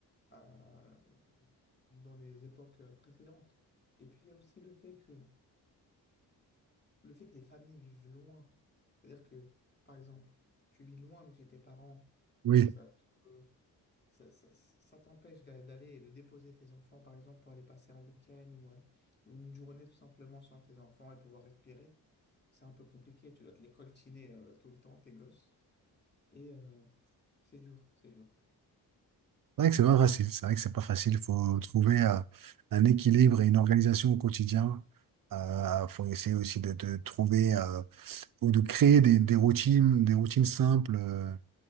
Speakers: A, on the left; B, on the right.
A: à- dans les époques euh, précédentes. Et puis, il y a aussi le fait que, le fait que les familles vivent loin. C'est-à-dire que, par exemple, tu vis loin de chez tes parents,
B: Oui.
A: donc ça te, ça, ça- ça t'empêche d'a- d'aller et de déposer tes enfants, par exemple, pour aller passer un week-end ou, euh, ou une journée tout simplement sans tes enfants et pouvoir respirer. C'est un peu compliqué, tu dois te les coltiner euh, tout le temps, tes gosses. Et euh, c'est dur, c'est dur.
B: C'est vrai que c'est pas facile. C'est vrai que c'est pas facile. Il faut trouver euh, un équilibre et une organisation au quotidien. Il faut essayer aussi de, de trouver. euh, ou de créer des, des routines, des routines simples euh,